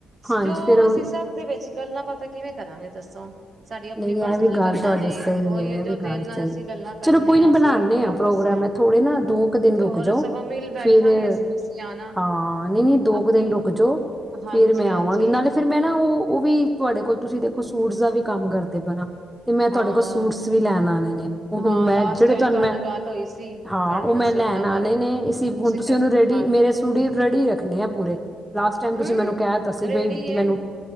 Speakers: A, in the centre; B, on the right (about 50°).
A: ਹਾਂਜੀ
B: ਜੋ
A: ਫੇਰ ਉਹ
B: ਅਸੀਂ ਸਭ ਦੇ ਵਿੱਚ ਗੱਲਾਂ ਪਤਾ ਕਿਵੇਂ ਕਰਾਂਗੇ ਦੱਸੋ ਸਾਡੀ ਆਪਣੀ
A: ਨਹੀਂ
B: ਪਰਸਨਲ
A: ਇਹ ਵੀ ਗੱਲ
B: ਗੱਲਾਂ
A: ਤੁਹਾਡੀ
B: ਨੇ
A: ਸਹੀ
B: ਉਹੀ
A: ਹੈ ਇਹ ਵੀ
B: ਜੋ
A: ਗੱਲ
B: ਦਿਲ ਨਾਲ
A: ਸਹੀ
B: ਅਸੀਂ ਗੱਲਾਂ ਕਰਨੇ
A: ਚਲੋ ਕੋਈ ਨੀ
B: ਆ ਅਸੀਂ
A: ਬਣਾਦੇ
B: ਆਪਣੇ
A: ਆ
B: ਆਪਸ
A: ਪ੍ਰੋਗਰਾਮ
B: ਦੀਆਂ
A: ਹੈ ਥੋੜੇ ਨਾ ਦੋ ਕੁ ਦਿਨ
B: ਤੇ
A: ਰੁਕ
B: ਹੋਰ
A: ਜਾਓ
B: ਸਗੋਂ ਮਿਲ ਬੈਠਾਂਗੇ
A: ਫਿਰ
B: ਅਸੀਂ ਤੁਸੀਂ ਆਣਾ
A: ਹਾਂ ਨਹੀਂ ਨਹੀਂ ਦੋ
B: ਆਪਣੀ
A: ਕੁ ਦਿਨ ਰੁਕ ਜਾਓ
B: ਹਾਂਜੀ
A: ਫਿਰ ਮੈਂ
B: ਹਾਂਜੀ
A: ਆਵਾਂਗੀ ਨਾਲੇ ਫਿਰ ਮੈਂ ਨਾ ਉਹ ਉਹ ਵੀ ਤੁਹਾਡੇ ਕੋਲ ਤੁਸੀਂ ਦੇਖੋ ਸੂਟਸ ਦਾ ਵੀ ਕੰਮ ਕਰਦੇ ਪੈਾਂ ਤੇ ਮੈਂ ਤੁਹਾਡੇ
B: ਹਾਂ
A: ਕੋਲ ਸੂਟਸ ਵੀ ਲੈਣ ਆਉਣੇ ਨੇ ਉਹ
B: ਹਾਂ
A: ਹੁਣ ਮੈਂ
B: ਲਾਸਟ
A: ਜਿਹੜੇ
B: ਟਾਈਮ
A: ਤੁਹਾਨੂੰ
B: ਤੁਹਾਡੇ
A: ਮੈਂ
B: ਨਾਲ ਗੱਲ ਹੋਈ ਸੀ
A: ਹਾਂ
B: ਤੁਹਾਡੇ
A: ਉਹ
B: ਨਾਲ
A: ਮੈਂ ਲੈਣ
B: ਸੂਟਾਂ ਬਾਰੇ
A: ਆਉਣੇ ਨੇ ਇਸ ਹੁਣ ਤੁਸੀਂ
B: ਚੈੱਕ
A: ਉਹਨੂੰ ਰੈਡੀ
B: ਹਾਂ
A: ਮੇਰੇ ਸੂਟ ਹੀ ਰੈਡੀ ਰੱਖਣੇ ਆ ਪੂਰੇ ਲਾਸਟ ਟਾਈਮ
B: ਹੂੰ
A: ਤੁਸੀਂ ਮੈਨੂੰ ਕਹਿ ਦਿੱਤਾ ਸੀ
B: ਰੇਡੀ
A: ਬਈ
B: ਏ।
A: ਮੈਨੂੰ